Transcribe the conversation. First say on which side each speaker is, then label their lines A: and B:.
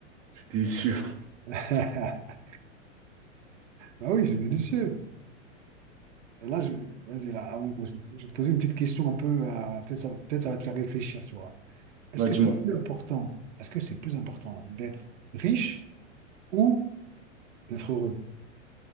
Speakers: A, on the right (about 35°); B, on the right (about 70°).
A: j'étais sûr.
B: <laughs> Ah oui, c'est délicieux. Et là, je, vas-y, là, avant de- je vais te poser une petite question un peu, euh, peut-être ça, peut-être ça va te faire réfléchir, tu vois. Est-ce
A: Ouais,
B: que
A: dis-moi.
B: c'est plus important, est-ce que c'est plus important d'être riche ou d'être heureux?